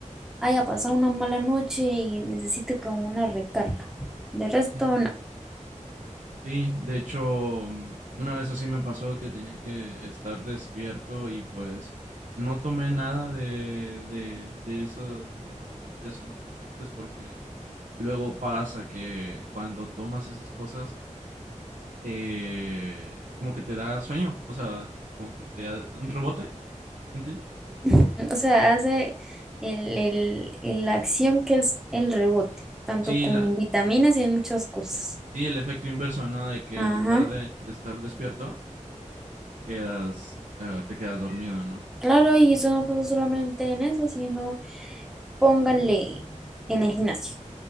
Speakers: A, in the centre; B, on the right (about 80°).
A: haya pasado una mala noche y necesite como una recarga. De resto,
B: Sí.
A: no.
B: Sí, de hecho, mm, una vez así me pasó que tenía que estar despierto y pues no tomé nada de, de, de eso, de bebidas energizantes, porque luego pasa que cuando tomas esas cosas, te, como que te da sueño, o sea, como que te da un rebote, ¿me entiendes?
A: <laughs> O sea, hace el, el- el- la acción que es el rebote, tanto
B: Sí,
A: como
B: la,
A: en vitaminas y en muchas cosas.
B: sí, el efecto inverso, ¿no? De que
A: Ajá.
B: en lugar de, de estar despierto, quedas, eh, te quedas dormido, ¿no?
A: Claro, y eso no pasa solamente en eso, sino póngale en el gimnasio.